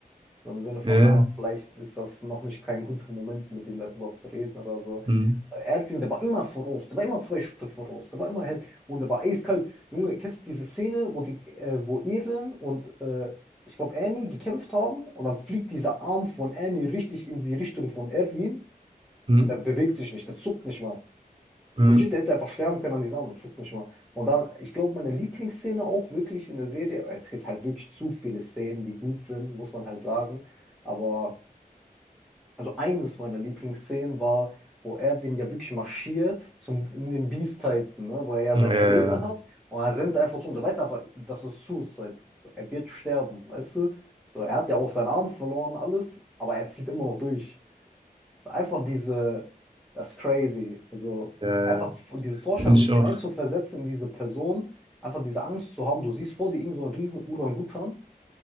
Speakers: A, in the centre; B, on the right.
A: So im Sinne von,
B: ja,
A: ah, vielleicht ist das noch nicht kein guter Moment, mit ihm darüber zu reden oder so.
B: hm,
A: Erdwin, der war immer voraus, der war immer zwei Schritte voraus, der war immer halt, und der war eiskalt. Junge, kennst du diese Szene, wo die, äh, wo Eren und äh, ich glaube Annie gekämpft haben und dann fliegt dieser Arm von Annie richtig in die Richtung von Erdwin
B: hm,
A: und der bewegt sich nicht, der zuckt nicht mal.
B: hm,
A: Legit, der hätte einfach sterben können an diesem Arm und zuckt nicht mal. Und dann, ich glaube, meine Lieblingsszene auch wirklich in der Serie, es gibt halt wirklich zu viele Szenen, die gut sind, muss man halt sagen. Aber also eines meiner Lieblingsszenen war, wo Erwin ja wirklich marschiert zum, in den Beast-Titan, ne? Wo er ja
B: hm.
A: seine
B: Ja, ja,
A: Rede
B: ja,
A: hat und er rennt einfach zu und er weiß einfach, das ist Suicide. So, Er wird sterben, weißt du? So, er hat ja auch seinen Arm verloren, alles, aber er zieht immer noch durch. So, einfach diese, das ist crazy. Also
B: ja,
A: einfach
B: ja.
A: f- diese Vorstellung,
B: finde
A: sich
B: ich
A: hineinzuversetzen
B: auch.
A: in diese Person, einfach diese Angst zu haben, du siehst vor dir irgend so einen riesen Orangutan